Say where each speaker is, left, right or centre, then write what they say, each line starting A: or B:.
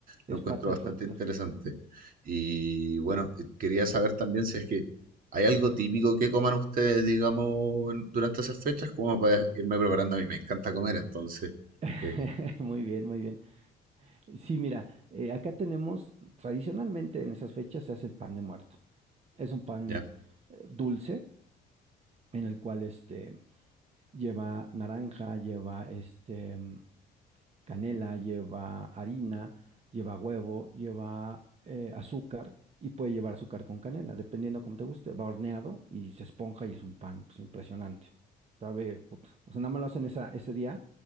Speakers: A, on the right; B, on the right.
A: es
B: Lo encuentro
A: parte
B: bastante
A: del folclore.
B: interesante. Y bueno, eh, quería saber también si es que hay algo típico que coman ustedes, digamos, en- durante esas fechas, como para irme preparando. A mí me encanta comer, entonces,
A: <laughs>
B: eh,
A: Muy bien, muy bien. Sí, mira, eh, acá tenemos, tradicionalmente en esas fechas se hace el pan de muerto. Es un pan
B: ya,
A: eh, dulce en el cual este lleva naranja, lleva este mm, canela, lleva harina, lleva huevo, lleva eh, azúcar y puede llevar azúcar con canela, dependiendo como te guste. Va horneado y se esponja y es un pan pues, impresionante. Sabe, put, o sea, nada más lo hacen esa, ese día,